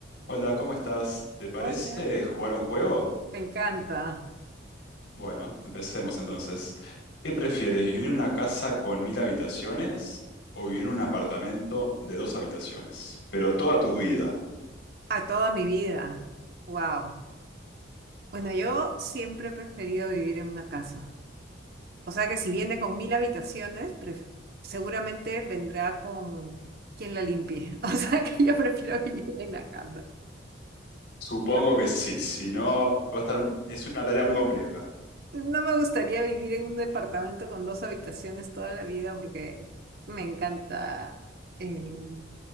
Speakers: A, on the left (about 80°); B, on the right (about 55°).
A: Hola, ¿cómo estás? ¿Te parece
B: Hola.
A: jugar un juego?
B: Me encanta.
A: Bueno, empecemos entonces. ¿Qué prefieres, vivir en una casa con mil habitaciones o vivir en un apartamento de dos habitaciones? Pero toda tu vida.
B: A toda mi vida. Wow. Bueno, yo siempre he preferido vivir en una casa. O sea que si viene con mil habitaciones, pref- seguramente vendrá con quien la limpie. <laughs> O sea que yo prefiero <laughs> vivir en la casa.
A: Supongo
B: No,
A: que sí, si no, va a estar un- es una tarea muy compleja.
B: no me gustaría vivir en un departamento con dos habitaciones toda la vida porque me encanta el,